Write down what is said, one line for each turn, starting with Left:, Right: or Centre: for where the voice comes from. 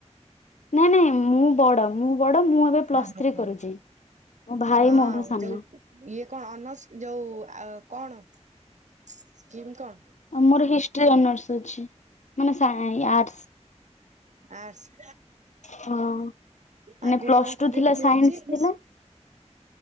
Left: ନାଇଁ ନାଇଁ ମୁଁ ବଡ଼ ମୁଁ ବଡ ମୁଁ ଏବେ ପ୍ଲସ୍
Right: ଅ ହ
Left: ଥ୍ରୀ
Right: ହ
Left: କରୁଛି ମୋ ଭାଇ
Right: ହଁ
Left: ମୋଠୁ ସାନ
Right: ଯୋଉ ଇଏ କଣ ଅନ <unintelligible> ଯୋଉ ଆଉ କଣ ସ୍କିମ୍ କଣ?
Left: ମୋର ହିଷ୍ଟ୍ରି ଅନର୍ସ ଅଛି ମାନେ ସାଇ ଆର୍ଟ୍ସ୍।
Right: ଆର୍ଟସ୍।
Left: ହଁ। ମାନେ
Right: ଆଗକୁ
Left: ପ୍ଲସ୍
Right: କଣ କରିବେ
Left: ଟୁ ଥିଲା
Right: ବୋଲି
Left: ସାଇନ୍ସ
Right: ଅଛି?
Left: ଥିଲା।